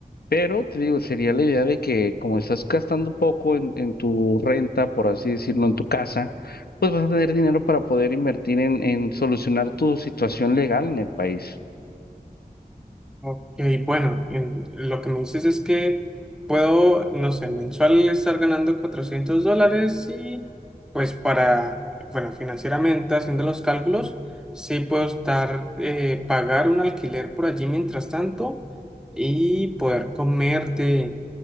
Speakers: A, on the left; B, in the centre.
A: pero te digo, sería la idea de que como estás gastando poco en, en tu renta, por así decirlo, en tu casa, pues vas a tener dinero para poder invertir en, en solucionar tu situación legal en el país.
B: Ok, bueno, en- lo que me dices es que puedo, no sé, mensual estar ganando 400 dólares y pues para, bueno, financieramente haciendo los cálculos, sí puedo estar, eh, pagar un alquiler por allí mientras tanto y poder comer de